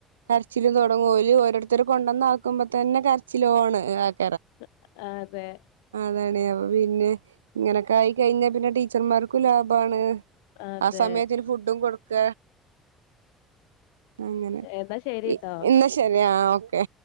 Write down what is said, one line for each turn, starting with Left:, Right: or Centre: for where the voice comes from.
Right: കരച്ചിലും തുടങ്ങും ഓര് ഓരോരുത്തർ കൊണ്ടന്ന് ആക്കുമ്പോതന്നെ <unintelligible> <unintelligible>
Left: <unintelligible> ആ അതെ
Right: <unintelligible> അപ്പൊ പിന്നെ ഇങ്ങനൊക്കെ ആയിക്കഴിഞ്ഞാൽ പിന്നെ ടീച്ചർമാർക്കും ലാഭമാണ്.
Left: അതെ
Right: ആ സമയത്തിന് ഫുഡും കൊടുക്ക അങ്ങനെ
Left: എന്നാ ശരിട്ടോ
Right: ഇ ഇന്ന് ശരിയാ ഓക്കെ